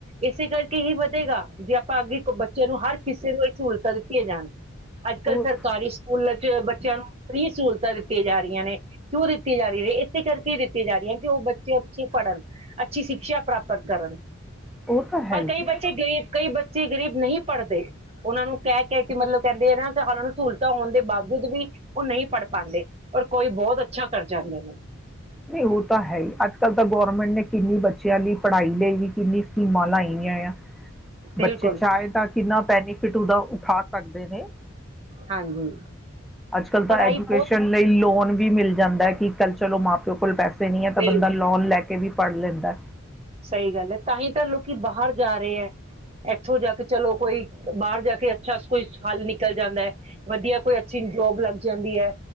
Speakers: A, on the right; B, in the centre.
A: ਇਸੇ ਕਰਕੇ ਹੀ ਵਧੇਗਾ ਜੇ ਆਪਾਂ ਅੱਗੇ ਬੱਚੇ ਨੂੰ ਹਰ ਕਿਸੇ ਨੂੰ ਇੱਕ ਸਹੂਲਤਾਂ ਦਿੱਤੀਆਂ ਜਾਣ ਤੇ ਅੱਜ ਕੱਲ੍ਹ
B: ਉਹ
A: ਸਰਕਾਰੀ ਸਕੂਲ ਚ ਬੱਚਿਆਂ ਨੂੰ ਫਰੀ ਸਹੂਲਤਾਂ ਦਿੱਤੀਆਂ ਜਾ ਰਹੀਆਂ ਨੇ ਕਿਉਂ ਦਿੱਤੀ ਜਾ ਰਹੀ ਹੈ ਇਸੇ ਕਰਕੇ ਦਿੱਤੀ ਜਾ ਰਹੀਆਂ ਕਿ ਉਹ ਬੱਚੇ ਅੱਛੇ ਛੇ ਪੜ੍ਹਨ ਅੱਛੀ ਸ਼ਿਕਸ਼ਾ ਪ੍ਰਾਪਤ ਕਰਨ
B: ਉਹ ਤਾਂ ਹੈ
A: ਪਰ
B: ਹੀ।
A: ਕਈ
B: ਨਹੀਂ
A: ਬੱਚੇ ਗਈ ਕਈ ਬੱਚੇ ਗ਼ਰੀਬ ਨਹੀਂ ਪੜ੍ਹਦੇ ਉਹਨਾਂ ਨੂੰ ਕਹਿ ਕਹਿ ਕੇ ਮਤਲਬ ਕਹਿੰਦੇ ਆ ਨਾਾਂ ਨੂੰ ਸਹੂਲਤਾਂ ਹੋਣ ਦੇ ਬਾਵਜੂਦ ਵੀ ਉਹ ਨਹੀਂ ਪੜ੍ਹ ਪਾਉਂਦੇ ਔਰ ਕੋਈ ਬਹੁਤ ਅੱਛਾ ਕਰ ਜਾਂਦੇ ਨੇ
B: ਨਹੀਂ ਉਹ ਤਾਂ ਹੈ ਹੀ ਅੱਜ ਕੱਲ੍ਹ ਤਾਂ ਗੌਰਮੈਂਟ ਨੇ ਕਿੰਨੀ ਬੱਚਿਆਂ ਲਈ ਪੜ੍ਹਾਈ ਲਈ ਵੀ ਕਿੰਨੀ ਸਕੀਮਾਂ ਲਾਈਆਂ ਆ
A: ਬਿਲਕੁਲ
B: ਬੱਚੇ ਚਾਹੇ ਤਾਂ ਕਿ ਕਿੰਨਾ ਬੈਨੀਫਿਟ ਉਹਦਾ ਉਠਾ ਸਕਦੇ ਨੇ
A: ਹਾਂਜੀ
B: ਅੱਜ ਕੱਲ੍ਹ ਤਾਂ
A: ਪੜ੍ਹਾਈ
B: ਐਜੂਕੇਸ਼ਨ
A: ਬਹੁਤ
B: ਲਈ ਲੋਨ ਵੀ ਮਿਲ ਜਾਂਦਾ ਕਿ ਕੱਲ ਚਲੋ ਮਾਂ ਪਿਓ ਕੋਲ ਪੈਸੇ ਨੀ ਹੈ। ਤਾਂ
A: ਬਿਲਕੁਲ
B: ਬੰਦਾ ਲੋਨ ਲੈ ਕੇ ਵੀ ਪੜ੍ਹ ਲੈਂਦਾ
A: ਸਹੀ ਗੱਲ ਹੈ। ਤਾਂਹੀ ਤਾਂ ਲੋਕੀ ਬਾਹਰ ਜਾ ਰਹੇ ਹੈ। ਇੱਥੋਂ ਜਾ ਕੇ ਚਲੋ ਕੋਈ ਬਾਹਰ ਜਾ ਕੇ ਅੱਛਾ ਕੋਈ ਹਾਲ ਨਿਕਲ ਜਾਂਦਾ ਹੈ। ਵਧੀਆ ਕੋਈ ਅੱਛੀ ਜੋਬ ਲੱਗ ਜਾਂਦੀ ਹੈ।